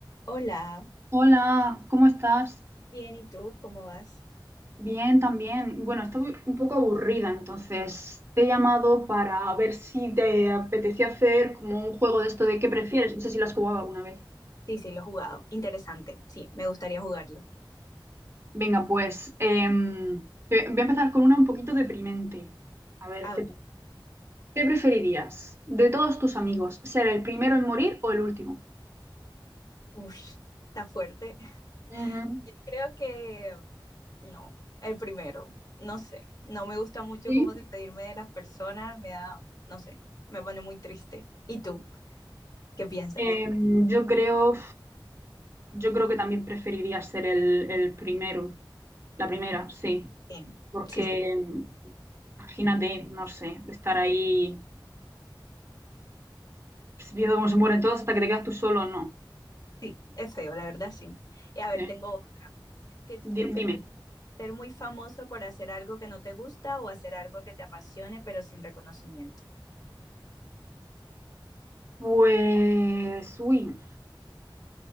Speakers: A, on the left (about 50°); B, on the right (about 30°).
A: Hola,
B: Hola, ¿cómo estás?
A: bien, ¿y tú? ¿Cómo vas?
B: Bien, también. Bueno, estoy un poco aburrida, entonces te he llamado para ver si te apetecía hacer como un juego de esto de qué prefieres. No sé si lo has jugado alguna vez.
A: Sí, sí, lo he jugado. Interesante. Sí, me gustaría jugarlo.
B: Venga, pues em, te- voy a empezar con una un poquito deprimente. A ver,
A: A
B: ¿qué
A: ver.
B: tal? ¿Qué preferirías de todos tus amigos? ¿Ser el primero en morir o el último?
A: Uf, está fuerte.
B: Ujú.
A: Yo creo que no, el primero. No sé, no me gusta mucho
B: ¿Sí?
A: como despedirme de las personas, me da, no sé, me pone muy triste. ¿Y tú? ¿Qué piensas?
B: Em, yo creo, yo creo que también preferiría ser el, el primero, la primera, sí,
A: Sí,
B: porque
A: sí, sí,
B: em, imagínate, no sé, estar ahí viendo cómo se mueren todos hasta que te quedas tú solo, no.
A: sí, es feo, la verdad, sí. Y a ver,
B: Sí.
A: tengo otra. ¿Qué,
B: Di-
A: qué prefieres?
B: dime.
A: ¿Ser muy famoso por hacer algo que no te gusta o hacer algo que te apasione pero sin reconocimiento?
B: Pues, uy,